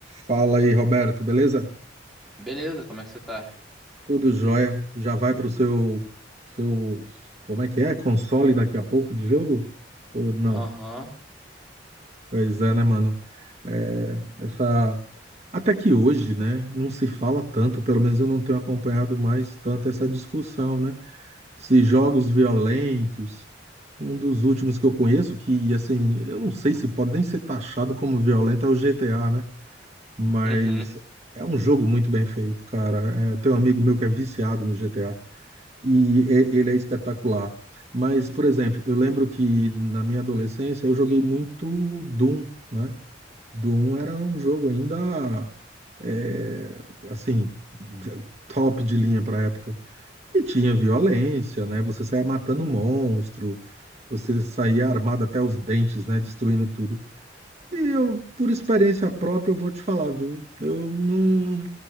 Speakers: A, on the right; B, in the centre.
A: Fala aí, Roberto, beleza?
B: Beleza, como é que você tá?
A: Tudo jóia. Já vai pro seu, seu, como é que é? Console daqui a pouco de jogo? Ou não?
B: Aham.
A: Pois é, né, mano? É, essa... Até que hoje, né, não se fala tanto, pelo menos eu não tenho acompanhado mais tanto essa discussão, né? Se jogos violentos, um dos últimos que eu conheço, que, assim, eu não sei se pode nem ser taxado como violento, é o GTA, né? mas
B: Uhum.
A: é um jogo muito bem feito, cara. É, tem um amigo meu que é viciado no GTA e e- ele é espetacular. Mas, por exemplo, eu lembro que na minha adolescência eu joguei muito Doom, né? Doom era um jogo ainda é, assim top de linha para época. E tinha violência, né? Você saía matando monstro, você saía armado até os dentes, né? Destruindo tudo. E eu, por experiência própria, eu vou te falar, viu? Eu não,